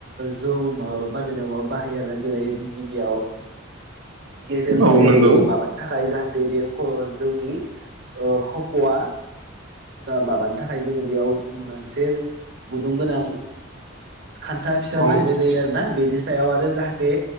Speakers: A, on the right (about 55°); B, on the right (about 80°).
A: जौ माबा बानायनायाव माबा बाहायाना जेरै गिबियाव गेजेर
B: औ
A: ससेयाव
B: नंगौ
A: जोङो माबानो थाखाय जाहाथे बे जौनि खफआ माबानि थाखाय जोङो बेयाव मोनसे गुदुं गोनां खान्था
B: औ
A: फिसा बाहायनाय
B: औ
A: जायो आरोोना बेनि सायाव आरो जाहाथे